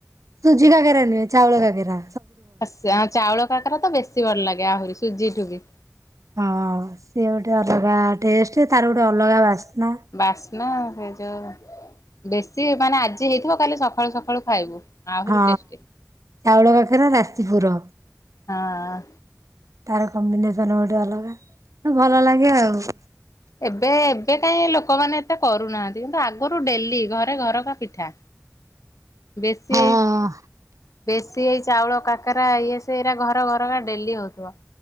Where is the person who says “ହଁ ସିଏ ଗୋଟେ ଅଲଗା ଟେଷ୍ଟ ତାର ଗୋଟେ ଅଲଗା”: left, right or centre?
Right